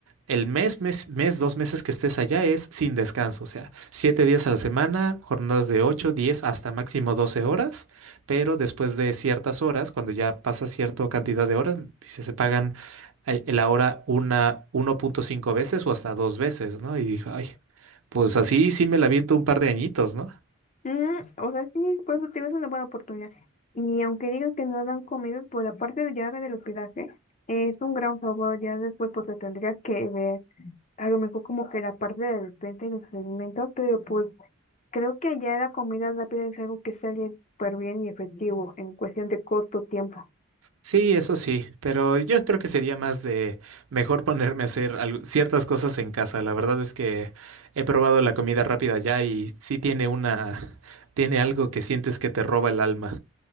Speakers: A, on the right; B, on the left.
A: el mes, mes, mes, dos meses que estés allá es sin descanso, o sea, siete días a la semana, jornadas de 8 10 hasta máximo 12 horas, pero después de ciertas horas, cuando ya pasa cierta cantidad de horas, se, se pagan eh, la hora una uno punto cinco veces o hasta dos veces, ¿no? Y dijo, ay, pues así sí me la aviento un par de añitos, ¿no?
B: Mm, o sea, sí, por eso te digo, es una buena oportunidad. Y aunque digas que no dan comidas, por la parte de ya del hospedaje, es un gran favor. Ya después, pues se tendría que ver a lo mejor como que la parte de la despensa y los alimentos, pero pues creo que ya la comida rápida es algo que sale súper bien y efectivo en cuestión de costo, tiempo.
A: Sí, eso sí, pero yo creo que sería más de mejor ponerme a hacer al- ciertas cosas en casa. La verdad es que he probado la comida rápida ya y sí tiene una, tiene algo que sientes que te roba el alma